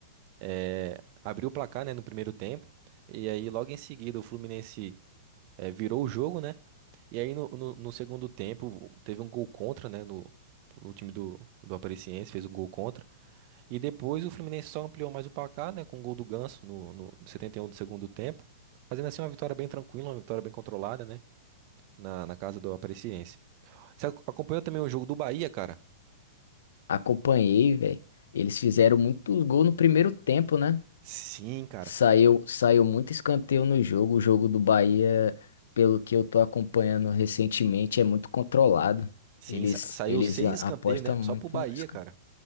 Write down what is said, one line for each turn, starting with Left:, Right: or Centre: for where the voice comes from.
Right: é, abriu o placar, né, no primeiro tempo, e aí logo em seguida o Fluminense é, virou o jogo, né, e aí no, no- no segundo tempo teve um gol contra, né, no, no time do, do Aparecidense, fez um gol contra, e depois o Fluminense só ampliou mais o placar, né, com o gol do Ganso no, no 71 do segundo tempo, fazendo assim uma vitória bem tranquila, uma vitória bem controlada, né, na, na casa do Aparecidense. Você ac- acompanhou também o jogo do Bahia, cara?
Left: Acompanhei, velho. Eles fizeram muitos gols no primeiro tempo, né?
Right: Sim, cara.
Left: Saiu, saiu muito escanteio no jogo. O jogo do Bahia, pelo que eu tô acompanhando recentemente, é muito controlado.
Right: Sim,
Left: Eles,
Right: sa- saiu
Left: eles
Right: seis
Left: a-
Right: escanteios,
Left: apostam
Right: né?
Left: muito
Right: Só pro Bahia,
Left: no escanteio.
Right: cara.